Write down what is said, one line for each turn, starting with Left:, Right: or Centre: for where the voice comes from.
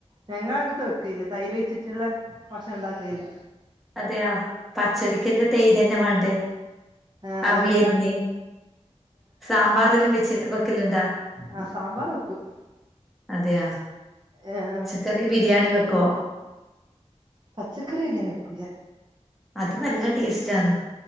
Right: ഞങ്ങ അങ്ങത്ത് വെക്കയില്ല തൈര് വെച്ചിട്ട്ള്ള ഭക്ഷണം ഉണ്ടാക്കയില്ല
Centre: അതെയോ പച്ചടിക്ക് എല്ലോം തൈര് തന്നെ വേണ്ടേ?
Right: ആഹ് അതങ്ങനെ
Centre: അവിയൽന്
Right: ഉണ്ടാ
Centre: സാമ്പാറെല്ലാം വെച്ച് വെക്കല്ണ്ടാ?
Right: ആഹ് സാമ്പാറ് വെക്കും
Centre: അതെയാ
Right: ഏഹ് ആഹ്
Centre: പച്ചകറി ബിരിയാണി വെക്കോ?
Right: പച്ചക്കറി ബിരിയാണി വെക്കുല
Centre: അത് നല്ല ടേസ്റ്റ് ആന്ന്